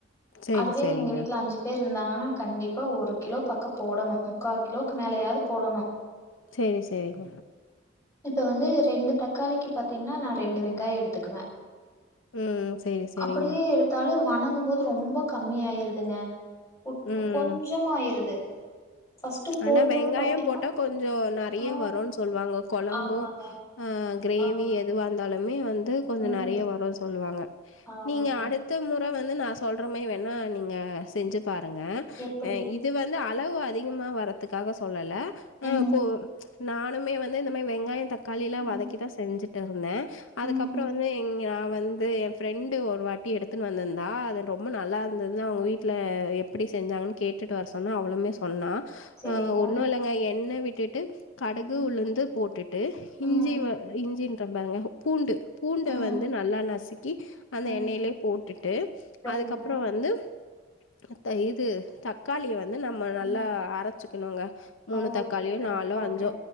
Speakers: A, on the left; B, on the left.
A: சேரி
B: அதுவே
A: சேரிங்க
B: எங்க வீட்ல அஞ்சு பேர் இருந்தாங்கன்னா கண்டிப்பா ஒரு கிலோ பக்கப போடணு முக்கா கிலோக்கு மேலயாது போடணு
A: சேரி சேரிங்க
B: இப்ப வந்து ரெண்டு தக்காளிக்கு பாத்தீங்னா நா ரெண்டு வெங்காய எடுத்துக்குவே
A: ம் சேரி சேரிங்க
B: அப்புடியே எடுத்தாலு வனங்கும்போ து ரொம்ப கம்மி ஆயிருதுங்க கு
A: ம்
B: கொஞ்சமாயிருது ஃபர்ஸ்ட் போடும்போது
A: ஆனா வெங்காயோ
B: பாத்தீங்கன்னா
A: போட்டா கொஞ்ச ந நிறையா
B: ஆ
A: வரு சொல்லுவாங்க கொழம்பு
B: ஆமாங்க
A: ஆ கிரேவி
B: ஆமாங்க
A: எதுவா இருந்தாலுமே ஏ வந்து து கொஞ்ச
B: ம்
A: நெறையா வருன் சொல்லுவாங்க
B: ஆமாங்க
A: நீங்க அடுத்த மொ னா வந்து நா சொல்ற மாரி வேணா நீங்க செஞ்சு பாருங்க
B: எப்படி
A: ஆ இது வந்து ஆ அளவு அதிகமா வர் ரத்துக்காக சொல்லல
B: ம்
A: ஆ போ சு நானுமே வந்து இந்த மாரி வெங்காயோ தக் காலிலா
B: ம்
A: வதக்கி தா செஞ்சே ட்டருந்தே அதுக்கப்பறோ
B: ம்
A: வந்து இங்கா வந்து எ ஃப்ரெண்டு ஒரு வாட்டி எடுத்துன்னு வந்திருந்தா அது ரொம்ப நல்லா இருந்ததுனு அவங்க வீட்டுல எப்படி செஞ்சாங்கன்னு கேட்டுட்டு வர சொன்னா அவளுமே சொன்னா
B: சரிங்க
A: ஆ ஒன்னு இல்லைங்க என்ன விட் டுட்டு கடுகு
B: ம்
A: உளுந்து போட்டுட்டு
B: ம்
A: இஞ்சி வே இஞ்சி தம்பாருங்க பூண்டு பூண்ட
B: ம்
A: வந்து நல்லா நசுக்கி அந்த
B: ம்
A: எண்ணைய்லே போட்டுட்டு
B: சரிங்க
A: அதுக்கப்பறோ வந்து அத்த இது தக்காளிய வந்து வந்து நம்ம நல்லா
B: ம்
A: அரச்சு க்கனுங்க மூணு
B: ஓ
A: தக்காளியோ
B: சரி சரி
A: நாலோ
B: ஓகே
A: அஞ்சோ